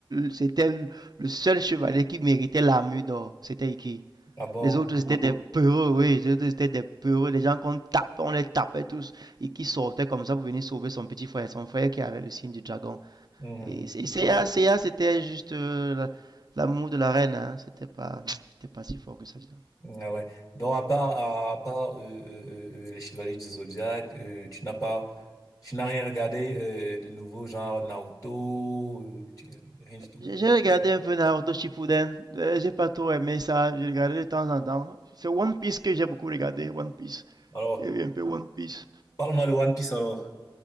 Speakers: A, on the right; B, on the left.
A: c'était le seul chevalier qui méritait l'armure d'or. C'était Iki.
B: ah bon.
A: Les autres, c'était des peureux, oui. Les autres, c'était des peureux. Les gens qu'on tape, on les tapait tous. Et qui sortaient comme ça pour venir sauver son petit frère. Son frère qui avait le signe du dragon.
B: Mhm.
A: Et, c'est- CA, c'était juste euh, l'amour de la reine. hein. C'était pas, c'était pas si fort que ça, disons.
B: Ah ouais. Donc, à part, à, à part euh, euh, euh, euh, les Chevaliers du Zodiaque, euh, tu n'as pas, tu n'as rien regardé euh, de nouveau, genre Naruto, euh, tu- rien du tout.
A: J'ai regardé un peu Naruto Shippuden. Euh, j'ai pas trop aimé ça. J'ai regardé de temps en temps. C'est One Piece que j'ai beaucoup regardé. One Piece.
B: Alors,
A: Il y avait un peu One Piece.
B: parle-moi de One Piece alors.